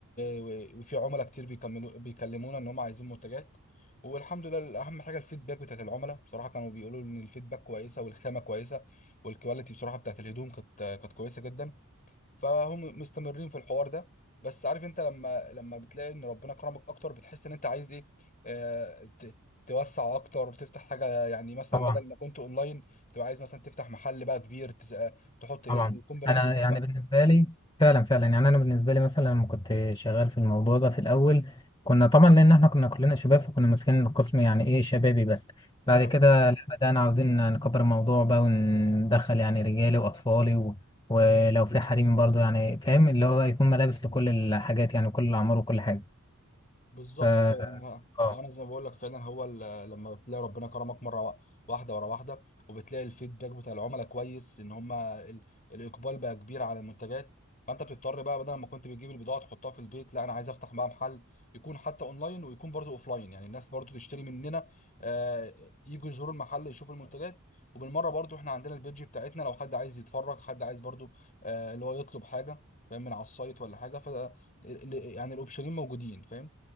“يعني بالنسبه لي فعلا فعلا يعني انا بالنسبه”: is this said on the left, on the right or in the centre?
Left